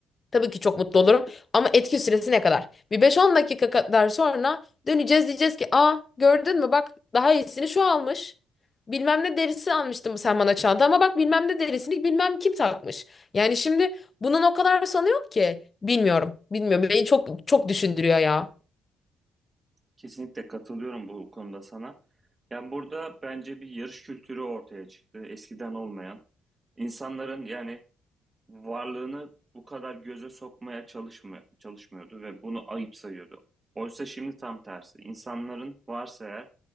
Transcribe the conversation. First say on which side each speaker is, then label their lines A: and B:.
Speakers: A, on the left; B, on the right.
A: Tabii ki çok mutlu olurum ama etki süresi ne kadar? Bir beş on dakika kadar sonra döneceğiz diyeceğiz ki aa gördün mü bak daha iyisini şu almış. Bilmem ne derisi almıştım sen bana çanta ama bak bilmem ne derisini bilmem kim takmış. Yani şimdi Bundan o kadar sanıyor ki bilmiyorum. Bilmiyorum. Beni çok çok düşündürüyor ya.
B: Kesinlikle katılıyorum bu konuda sana. Yani burada bence bir yarış kültürü ortaya çıktı. Eskiden olmayan. İnsanların yani varlığını bu kadar göze sokmaya çalışmıyor, çalışmıyordu ve bunu ayıp sayıyordu. Oysa şimdi tam tersi. İnsanların varsa eğer